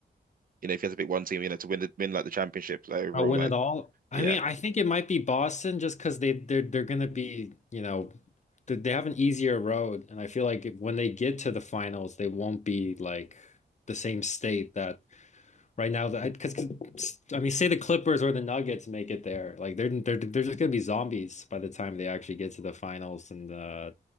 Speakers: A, on the right (about 50°); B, on the left (about 40°).
A: You know, if you had to pick one team, you know, to win the win like the championship like, overall,
B: I win
A: like
B: it all. I
A: yeah.
B: mean, I think it might be Boston just because they they're they're gonna be, you know, th- they have an easier road, and I feel like if- when they get to the finals, they won't be like the same state that right now. That because I mean, say the Clippers or the Nuggets make it there, like they're they're they're just gonna be zombies by the time they actually get to the finals. And uh,